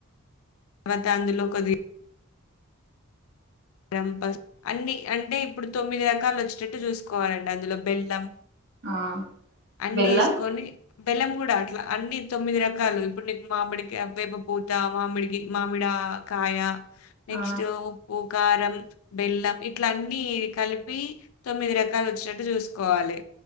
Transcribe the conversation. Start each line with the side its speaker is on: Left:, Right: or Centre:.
Left: తర్వాత అందులో కొద్ది గంపస్ అన్ని అంటే ఇప్పుడు తొమ్మిది రకాలు వచ్చేటట్టు చూసుకోవాలంట అందులో బెల్లం
Right: ఆ
Left: అన్నేసుకొని
Right: బెల్లం
Left: బెల్లం కూడా అట్లా అన్ని తొమ్మిది రకాలు ఇప్పుడు నీకు మామిడికాయ్ వేపపూత మామిడిగి మామిడ కాయ నెక్స్ట్
Right: ఆ
Left: ఉప్పు కారం బెల్లం ఇట్ల అన్నీ కలిపి తొమ్మిది రకాలు వచ్చేటట్టు చూసుకోవాలి.